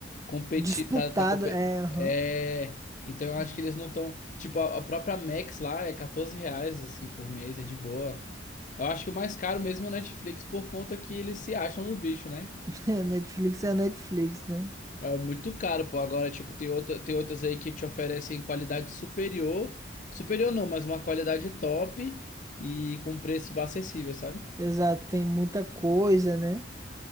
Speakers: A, on the left; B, on the right.
A: competi,
B: Disputado,
A: tá, tá compe-
B: é, aham.
A: é, então
B: <laughs>
A: eu acho que eles não estão. Tipo, a, a própria Max lá é 14 reais assim, por mês, é de boa. Eu acho que o mais caro mesmo é o Netflix por conta que eles se acham no bicho, né?
B: A Netflix é a Netflix, né?
A: É muito caro, pô. Agora, tipo, tem outra, tem outras aí que te oferecem qualidade superior. Superior não, mas uma qualidade top e com preço acessível, sabe?
B: Exato, tem muita coisa, né?